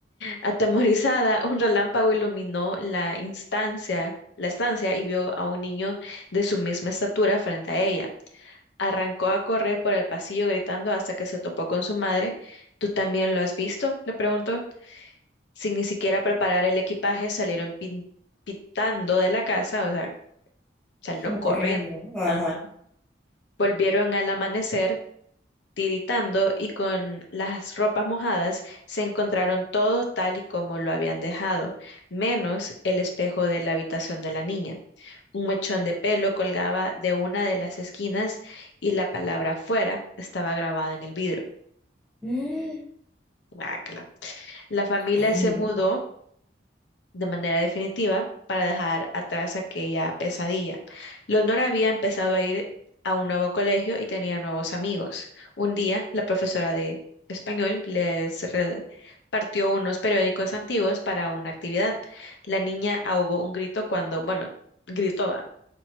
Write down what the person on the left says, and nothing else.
Atemorizada, un relámpago iluminó la instancia, la estancia y vio a un niño de su misma estatura frente a ella. Arrancó a correr por el pasillo gritando hasta que se topó con su madre. ¿Tú también lo has visto? le preguntó. Sin ni siquiera preparar el equipaje, salieron pin- pitando de la casa, o sea, salieron
corriendo.
Ajá.
Volvieron al amanecer. tiritando y con las ropas mojadas, se encontraron todo tal y como lo habían dejado, menos el espejo de la habitación de la niña. Un mechón de pelo colgaba de una de las esquinas y la palabra fuera estaba grabada en el vidrio.
Guácala. La familia
se
mudó de manera definitiva para dejar atrás aquella pesadilla. Leonor había empezado a ir a un nuevo colegio y tenía nuevos amigos. Un día, la profesora de español les repartió unos periódicos antiguos para una actividad. La niña ahogó un grito cuando, bueno, gritó, va,